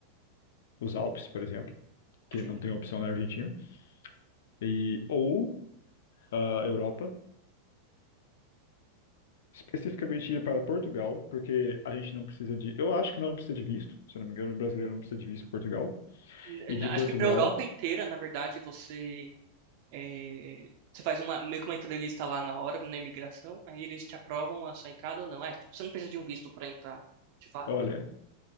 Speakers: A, on the left (about 75°); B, on the right (about 60°).
A: Os Alpes, por exemplo, que
B: Sim.
A: não tem opção na Argentina. E, ou a Europa, especificamente ir para Portugal, porque a gente não precisa de. Eu acho que não precisa de visto, se eu não me engano, o brasileiro não precisa de visto para Portugal.
B: N-
A: E de
B: n- Acho
A: Portugal.
B: que para a Europa inteira, na verdade, você é, você faz uma meio que uma entrevista lá na hora, na imigração, aí eles te aprovam a sua entrada ou não. É, tipo, você não precisa de um visto para entrar, de fato.
A: Olha,